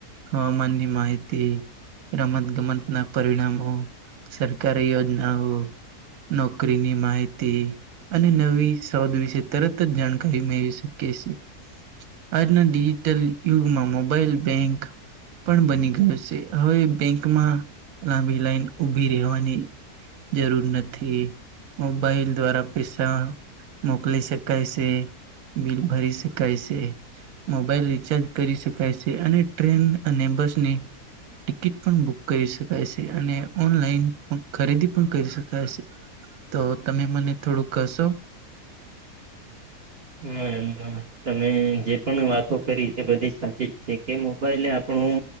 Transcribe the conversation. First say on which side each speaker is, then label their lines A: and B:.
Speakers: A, on the right; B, on the right.
A: હવામાનની માહિતી રમત-ગમત ના પરિણામો, સરકારી યોજનાઓ..... નોકરીની માહિતી અને નવી શોધ વિશે તરત જ જાણકારી મે શ કેસે. આજના ડિજિટલ યુગમાં મોબાઈલ બેંક પણ બની ગયો સે. હવે બેંકમાં લાંબી લાઈન ઉભી રહેવાની જરૂર નથી. મોબાઈલ દ્વારા પેઈસા મોકલી સકાય સે. મિલ ભરી સકાય સે. મોબાઈલ રિચાર્જ કરી સકાય સે અને ટ્રેન અને બસને ટિકિટ પણ બુક કરી સકાય સે અને ઓનલાઈન ઓં ખરીદી પણ કરી સકાય સે. તો તમે મને થોડુક કસો.
B: હમ્મહ. તમે જે પણ વાતો કરી તે બધી સાચી જ છે, કે મોબાઈલે આપણું